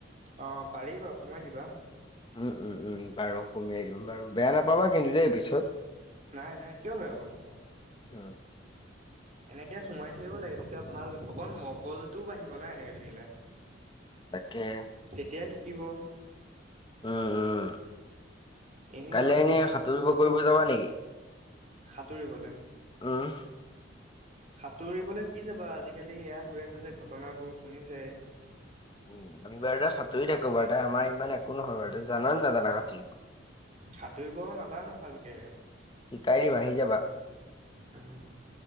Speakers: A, on the right; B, on the left.
A: অ পাৰিবা সোমাই দিবা
B: উম উম উম বাৰু সমিয়াই দিম বাৰু বেয়া নাপাবা কিন্তু দেই পিছত
A: নাই নাই কিয় বেয়া পাম আকৌ
B: উ
A: এনেকে সোমাই থাকিব লাগে তেতিয়া ভাল অকল মগজুতও বাঢ়িব না এনেকে থাকিলে
B: তাকে
A: তেতিয়া শিকিব
B: উম উম
A: এনেই
B: কাইলে
A: আৰু
B: এনে সাঁতুৰিব কৰিব যাবা নেকি
A: সাঁতুৰিবলৈ
B: উম।
A: সাঁতুৰিবলৈ কি যাবা আজিকালি এয়া হৈ আছে যে ঘটনাবোৰ শুনিছে
B: উ আমি বাৰু ত সাঁতুৰি থাকো বাৰু তাই আমাৰ ইমান একো নহয় বাৰু জান নে নাজানা সাঁতৰিব
A: সাঁতুৰিব নাজানো ভালকে
B: শিকাই দিম আহি যাবা
A: উম